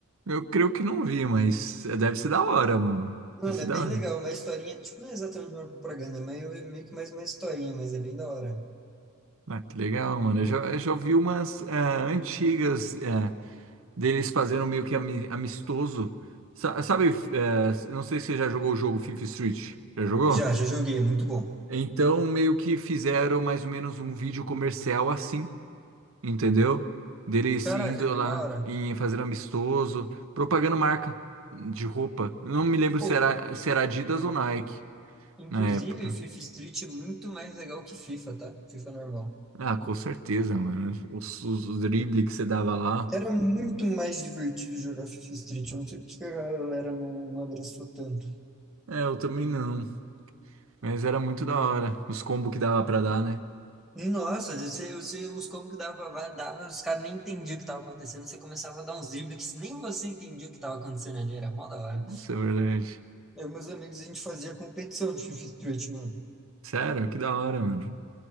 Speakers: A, on the right; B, in the centre.
A: Eu creio que não vi, mas deve ser da hora, mano.
B: Mano,
A: Deve ser
B: é
A: da
B: bem
A: hora.
B: legal, uma historinha, tipo, não é exatamente uma propaganda, é meio, é meio que mais uma historinha, mas é bem da hora.
A: Ah, que legal, mano. Eu já, eu já vi umas ah, antigas ah, deles fazendo meio que ami- amistoso. Sa- sabe, eh, não sei se você já jogou o jogo Fifth Street. Já jogou?
B: Já, já joguei, é muito bom.
A: Então, meio que fizeram mais ou menos um vídeo comercial assim, entendeu? Deles
B: Caraca,
A: indo
B: que
A: lá
B: da hora.
A: e fazendo amistoso, propagando marca de roupa. Não me lembro
B: Pô,
A: se era, se era Adidas ou Nike
B: inclusive,
A: na época.
B: FIFA Street é muito mais legal que FIFA, tá? FIFA normal.
A: Ah, com certeza, mano. Os, os, dribles que você dava lá.
B: Era muito mais divertido jogar FIFA Street, eu não sei porque a galera não, não abraçou tanto.
A: É, eu também não. Mas era muito da hora. Os combos que dava pra dar, né?
B: Nossa, você, você, os combos que dava, va- dava, os caras nem entendiam o que tava acontecendo, você começava a dar uns dribles que nem você entendia o que tava acontecendo ali, era mó da hora.
A: Isso é verdade.
B: Eu e meus amigos, a gente fazia competição de FIFA Street, mano.
A: Sério, que da hora, mano.